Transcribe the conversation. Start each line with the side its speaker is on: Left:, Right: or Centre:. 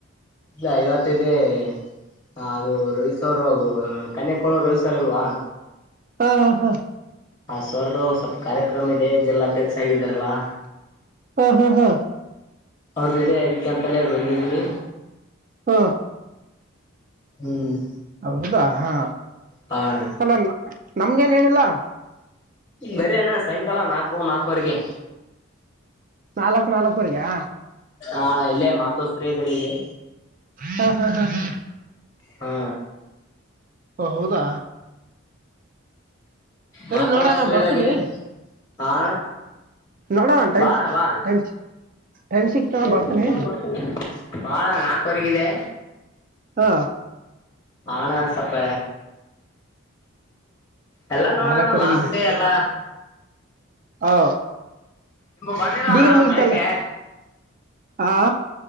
Left: ಇಲ್ಲ ಇವತ್ತಿದೇ. ಹ ಅದು ರವಿ ಸರ್ ಕನ್ಯಕೋಳ ರವಿ ಸರ್ ಇಲ್ವಾ.
Right: ಹಾ ಹಾ ಹಾ.
Left: ಹ ಸರ್ ದು ಸ್ವಲ್ಪ ಕಾರ್ಯಕ್ರಮ ಇದೆ ಜಿಲ್ಲಾಧ್ಯಕ್ಷ ಆಗಿದ್ದಾರಲ್ಲಾ.
Right: ಹಾ ಹಾ ಹಾ.
Left: ಅವ್ರದ್ದ ಇದೇ ಅದಕ್ಕೆ ಅಂತಲೇ ಬಂದಿದೀವಿ.
Right: ಹಾ.
Left: ಹ್ಮ್.
Right: ಹೌದಾ ಹಾ
Left: ಹಾ ಅಣ್ಣ
Right: ಅಲ ನಮ್ಗೇನ್ ಹೇಳಿಲ್ಲ.
Left: ಬರಿ ಅಣ್ಣ ಸಾಯಂಕಾಲ ನಾಲ್ಕು ನಾಕು. ವರಿಗೆ
Right: ನಾಲ್ಕು ನಾಲ್ಕುವರೆಗಾ
Left: ಅಣ ಇಲ್ಲೇ. ಮಾತಾಶ್ರಯದಲ್ಲಿ ಇದೆ.
Right: ಹಾ ಹಾ ಹಾ ಹಾ.
Left: ಹಾ.
Right: ಓ ಹೌದಾ. ಸರಿ
Left: ಮಾತಾಶ್ರೀದಾಗಿದೆ
Right: ನೋಡೋಣ ಬರ್ತೀನಿ
Left: ಹಾ.
Right: ನೋಡೋಣ ಟೈಮ್
Left: ಬಾ ಅಣ ಬಾ.
Right: ಟೈಮ್ ಟೈಮ್ ಸಿಕ್ತ
Left: <inaudible>
Right: ಬರ್ತೀನಿ
Left: ಬಾ ಅಣ ನಾಲ್ಕವರೆಗಿದೆ.
Right: ಹಾ.
Left: ಆಣಾ ಸಪ್ಪ. ಎಲ್ಲಾ ನೋಡೋಣ
Right: ನಾಲ್ಕುವರೆಗೆ
Left: ಲಾಸ್ಟ್ ಡೇ ಎಲ್ಲಾ.
Right: ಹ
Left: ನಿಂಬು ಬಂದಿದಾವಣ
Right: ಡಿಗ್ರಿ ಮುಗಿತಲ್ಲ.
Left: ಮಳಕೆ
Right: ಆ